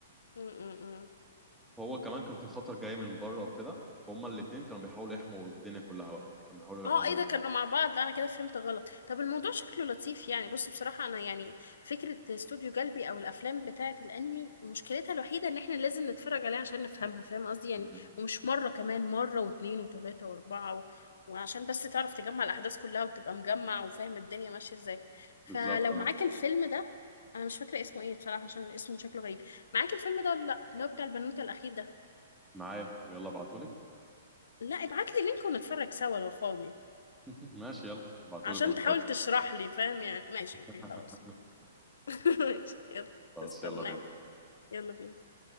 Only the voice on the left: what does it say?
م -م -م.
اه
ايه ده كانوا مع بعض لا انا كده فهمت غلط طب الموضوع شكله لطيف يعني بص بصراحة انا يعني فكرة استوديو جلبي او الافلام بتاعة الانمي مشكلتها الوحيدة ان احنا لازم نتفرج عليها عشان نفهمها فاهم قصدي يعني
ومش مرة كمان مرة واتنين وتلاتة واربعة و... وعشان بس تعرف تجمع الاحداث كلها وتبقى مجمع وفاهم الدنيا ماشية ازاي فلو
معاك الفيلم ده انا مش فاكرة اسمه ايه بصراحة عشان اسمه شكله غريب معاك الفيلم ده ولا لا اللي هو بتاع البنوتة الاخير ده
لا ابعت لي لينك ونتفرج سوا لو فاضي
عشان
تحاول تشرح لي فاهم يعني ماشي
اوكي خلاص <laughs> ماشي يلا
استناك
يلا بينا